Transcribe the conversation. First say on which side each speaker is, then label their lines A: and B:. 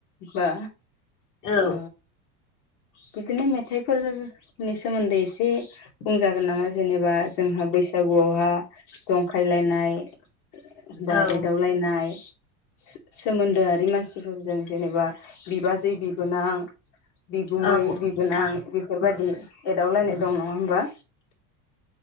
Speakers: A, on the left; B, on the left.
A: बा।
B: औ
A: ओ बिदिनो मेथाइफोर नि सोमोन्दै एसे बुंजागोन नामा जेनेबा जोंहा बैसागुआव हा जंखायलायनाय एखमबा
B: औ
A: एदावलायनाय। सोमोन्दोआरि मानसिफोरजों जेनेबा बिबाजै बिबोनां बिगुमै
B: औ औ
A: बिबोनां
B: नोंथां नंगौ
A: बेफोरबायाददि एदावलायनाय दं नङा होमबा?